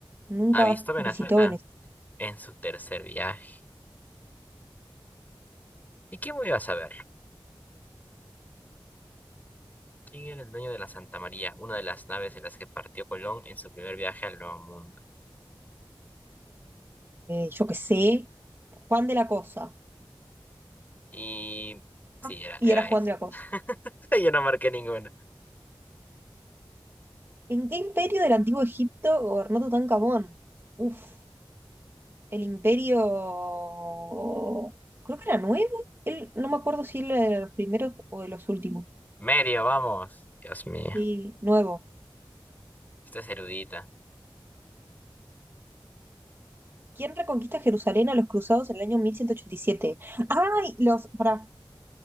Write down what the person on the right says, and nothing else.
nunca
visitó Venezuela.
yo qué sé. Juan de la Cosa.
Ah,
y era Juan
de la Cosa.
¿En qué imperio del antiguo Egipto gobernó Tutankamón? Uf, el imperio. Creo que era nuevo. Él, no me acuerdo si él era de los primeros o de los últimos.
Sí, nuevo.
¿Quién reconquista Jerusalén a los cruzados en el año 1187? ¡Ay! Los. Pará.